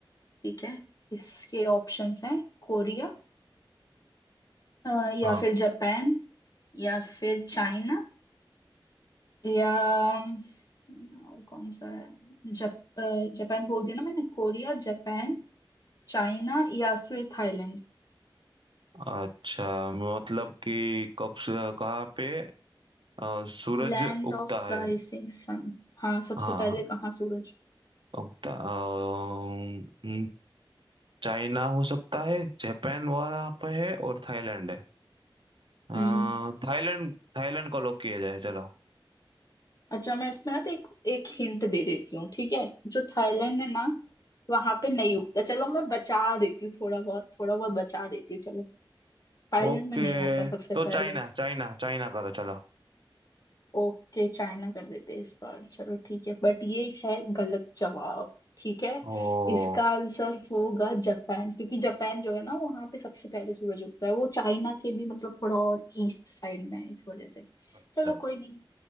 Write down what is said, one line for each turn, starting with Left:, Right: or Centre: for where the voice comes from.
Left: ठीक है इसके ऑप्शंस हैं कोरिया अ, या
Right: हाँ
Left: फिर जापान या फिर चाइना या अम, और कौन सा है जप, अ, जापान बोल दिया ना मैंने कोरिया जापान चाइना या फिर Thailand
Right: अच्छा मतलब कि कब से- कहाँ पे अ, सूरज
Left: Land
Right: उगता
Left: of
Right: है
Left: rising sun हाँ सबसे
Right: हाँ
Left: पहले
Right: हाँ,
Left: कहाँ सूरज
Right: उगता अ, चाइना हो सकता है जापान वहाँ पे है और थाईलैंड है अ,
Left: हम्म
Right: थाईलैंड थाईलैंड को लॉक किया जाए चलो
Left: अच्छा मैं इसमें ना तो एक एक हिंट दे देती हूँ ठीक है जो थाईलैंड है ना वहां पे नहीं उगता चलो मैं बचा देती हूँ थोड़ा बहुत थोड़ा बहुत बचा देती हूँ चलो थाईलैंड
Right: ओके
Left: में नहीं होता सबसे
Right: तो
Left: पहले
Right: चाइना चाइना चाइना करो चलो
Left: ओके चाइना कर देते इस बार चलो ठीक है बट ये है गलत जवाब ठीक है
Right: ओ
Left: इसका आंसर होगा जापान क्योंकि जापान जो है ना वहां पे सबसे पहले सूरज उगता है वो चाइना के भी मतलब थोड़ा और ईस्ट साइड में है इस वजह से
Right: अच्छा
Left: चलो
Right: है
Left: कोई नहीं